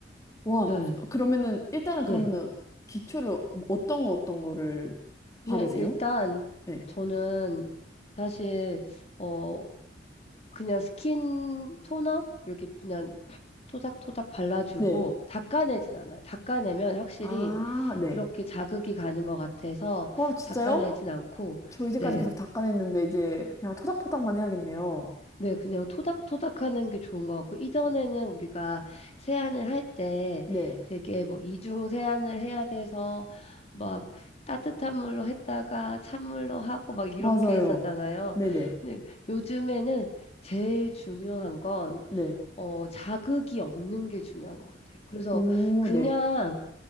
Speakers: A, on the left (about 20°); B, on the left (about 35°).
A: 와,
B: 네,
A: 그러면은, 일단은 그러면은,
B: 네.
A: 기초를 뭐 어떤 거, 어떤 거를
B: 그냥
A: 바르세요?
B: 일단
A: 네.
B: 저는 사실 어 그냥 스킨 토너 이렇게 그냥 토닥토닥 발라주고
A: 네.
B: 닦아내진 않아요. 닦아내면 확실히
A: 아, 네.
B: 이렇게 자극이 가는 것 같아서
A: 어, 진짜요?
B: 닦아내진 않고,
A: 저 이제까지
B: 네.
A: 계속 닦아냈는데, 이제 그냥 토닥토닥만 해야겠네요.
B: 네, 그냥 토닥토닥 하는 게 좋은 것 같고, 이전에는 우리가 세안을 할 때
A: 네.
B: 되게 뭐 이중 세안을 해야 돼서 막 따뜻한 물로 했다가 찬물로 하고 막 이렇게
A: 맞아요.
B: 했었잖아요.
A: 네네.
B: 근데 요즘에는 제일 중요한 건,
A: 네.
B: 어, 자극이 없는 게 중요한 것 같아요. 그래서
A: 오,
B: 그냥
A: 네.